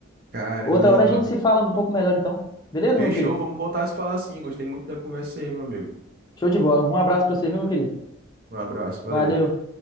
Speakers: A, on the right (about 50°); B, on the left (about 20°).
A: Caramba.
B: Outra hora a gente se fala um pouco melhor, então. Beleza,
A: Fechou,
B: meu querido?
A: vamos voltar a se falar assim. Gostei muito da conversa aí, meu amigo.
B: Show de bola. Um abraço pra você, viu, meu querido?
A: Um abraço, valeu.
B: Valeu.